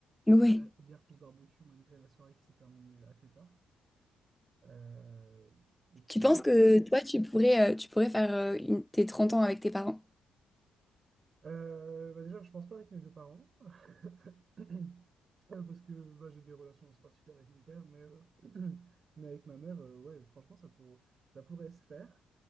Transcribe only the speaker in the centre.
Ouais.
Tu penses
que toi, tu pourrais, euh, tu pourrais faire euh, une- tes 30 ans avec tes parents?